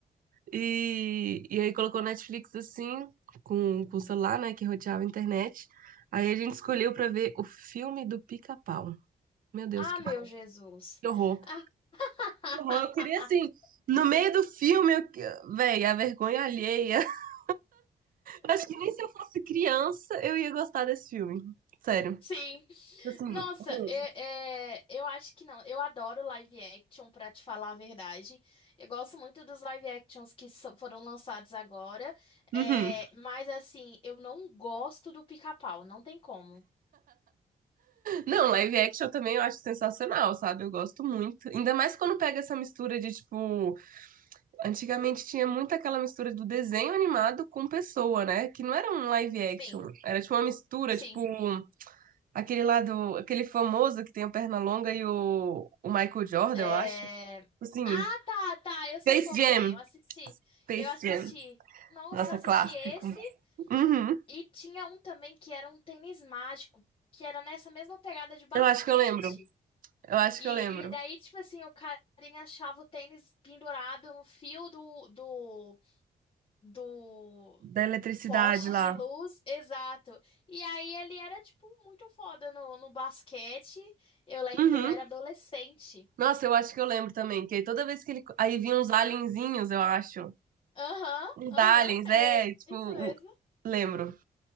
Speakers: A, on the right; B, on the left.
A: E, e aí colocou Netflix assim, com, com o celular, né, que roteava a internet. Aí a gente escolheu pra ver o filme do Pica-Pau. Meu Deus,
B: Ah,
A: que
B: meu Jesus.
A: que horror.
B: <laughs>
A: Que horror, eu queria assim. No meio do filme, eu... que- véi, a vergonha alheia. <laughs> Eu acho que nem se eu fosse criança eu ia gostar desse filme. Sério.
B: Sim.
A: Assim,
B: Nossa,
A: horroroso.
B: é- é, eu acho que não. Eu adoro live action, pra te falar a verdade. Eu gosto muito dos live actions que so- foram lançados agora.
A: Uhum.
B: É, mas, assim, eu não gosto do Pica-Pau. Não tem como.
A: Não, live action também eu acho sensacional, sabe? Eu gosto muito. Ainda mais quando pega essa mistura de, tipo, Antigamente tinha muito aquela mistura do desenho animado com pessoa, né? Que não era um live action,
B: Sim,
A: era tipo uma mistura,
B: sim.
A: tipo um- aquele lá do, aquele famoso que tem a perna longa e o, o Michael Jordan,
B: É,
A: eu acho. Assim,
B: Ah, tá, tá. Eu sei
A: Space
B: qual
A: Jam,
B: que é. Eu assisti.
A: Space
B: Eu assisti.
A: Jam.
B: Nossa,
A: Nossa,
B: eu assisti
A: clássico.
B: esse.
A: Uhum.
B: E tinha um também que era um tênis mágico, que era nessa mesma pegada de basquete.
A: Eu acho que eu lembro. Eu acho
B: E,
A: que eu lembro
B: e daí, tipo assim, o carinha achava o tênis pendurado no fio do, do, do,
A: da eletricidade
B: do poste
A: lá.
B: de luz, exato. E aí ele era, tipo, muito foda no, no basquete. Eu lembro,
A: Uhum.
B: eu era adolescente.
A: Nossa, eu acho que eu lembro também, que aí toda vez que ele aí vinha uns alienzinhos, eu acho.
B: Aham,
A: Uns
B: aham,
A: aliens,
B: era
A: é, tipo,
B: isso
A: o-
B: mesmo.
A: lembro.